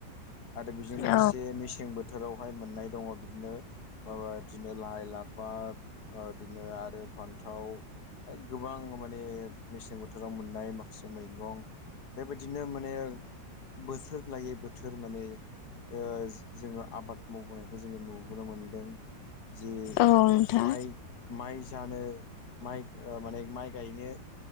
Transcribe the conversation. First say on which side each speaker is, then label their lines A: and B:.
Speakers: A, on the left; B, on the left.
A: आरो बेजों लोगोसे
B: नोंथां औ
A: मेसें बोथ बोथोरावहाय मोननाय दङ बिदिनो माबा बिदिनो लाइ लाफा ओ बिदिनो आरो फान्थाव गोबां माने मेसें बोथोराव मोननाय माखासे मैगं बेबायदिनो माने बोथोर लायै बोथोर माने ओ जोङो आबाद मावबोनायखौ जोङो नुबोनो मोनदों जि
B: औ नोंथां
A: माइ माइ जानो माइ ओ माने माइ गायनो